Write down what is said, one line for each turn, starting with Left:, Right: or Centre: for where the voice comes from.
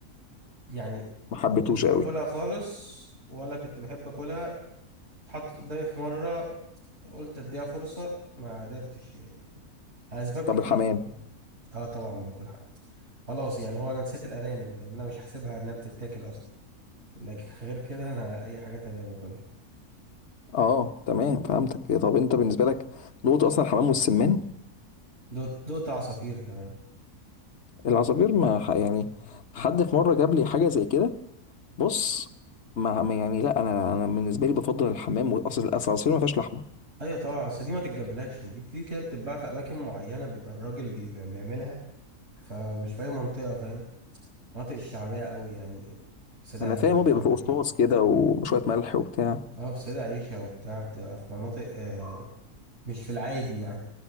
Right: يعني
Left: ما حبيتهوش
Right: ما كنتش باكلها
Left: قوي
Right: خالص ولا كنت بحب اكلها اتحطت قدامي في مره قلت اديها فرصه ما قدرتش يعني اسباب
Left: طب
Right: كتير
Left: الحمام
Right: اه طبعا باكل حاجة خلاص يعني هو انا نسيت الارانب لان انا مش حاسبها انها بتتاكل اصلا لكن <laughs> غير كده انا اي حاجة تانية باكلها
Left: اه تمام فهمتك طب انت بالنسبه لك نقطه اصلا الحمام والسمان
Right: دوت دوت عصافير كمان
Left: العصافير ما ح- يعني حد في مره جاب لي حاجه زي كده بص ما ما يعني لا انا انا بالنسبه لي بفضل الحمام واصل اصل العصافير ما فيهاش لحمه
Right: ايوه طبعا اصل دي ما تتجابلكش دي دي كده بتتباع في اماكن معينة بيبقى الراجل بيبقى بيعملها فمش في اي منطقة فاهم مناطق الشعبية قوي يعني سيدة
Left: انا
Right: عيشة
Left: فاهم هو
Right: مش
Left: بيبقى
Right: عارف
Left: فيه قشطاص
Right: ايه
Left: كده وشويه ملح وبتاع
Right: اه في سيدة عيشة وبتاع بتبقى في مناطق آه مش في العادي يعني